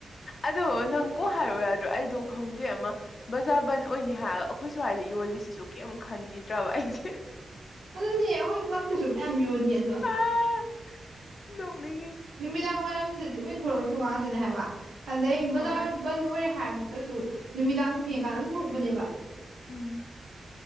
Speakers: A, on the left; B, on the right.
A: ꯑꯗꯣ ꯅꯪ ꯀꯣ ꯍꯥꯏꯔꯛꯑꯣ ꯌꯥꯗ꯭ꯔꯣ ꯑꯩꯗꯣ ꯈꯪꯗꯦ ꯑꯃ ꯕꯖꯕꯟ ꯑꯣꯏꯅꯤ ꯍꯥꯏꯔꯒ ꯑꯩꯈꯣꯏ ꯁ꯭ꯋꯥꯏꯗ ꯌꯣꯜꯂꯤꯁꯤꯁꯨ ꯀꯩꯝ ꯈꯟꯒꯤꯗ꯭ꯔꯕ ꯑꯩꯁꯦ
B: ꯑꯗꯨꯅꯦ ꯑꯩꯈꯣꯏ ꯀ꯭ꯂꯞꯇꯨꯁꯨ ꯃꯌꯥꯝ ꯌꯣꯜꯂꯤ ꯑꯗꯣ
A: ꯑꯥ ꯅꯣꯛꯅꯤꯡꯉꯤ
B: ꯅꯨꯃꯤꯗꯥꯡ ꯋꯥꯏꯔꯝꯗꯗꯤ ꯂꯣꯏ ꯊꯣꯂꯛꯇꯣ ꯉꯥꯛꯇꯅꯦ ꯍꯥꯏꯕ ꯑꯗꯩ ꯕꯖꯥꯔ
A: ꯍꯣꯏ
B: ꯕꯟ ꯑꯣꯏꯔꯦ ꯍꯥꯏꯔꯃꯛꯇꯁꯨ ꯅꯨꯃꯤꯗꯥꯡ ꯊꯦꯡꯉꯀꯥꯟ ꯑꯗꯨꯝ ꯊꯣꯛꯄꯅꯦꯕ
A: ꯎꯝ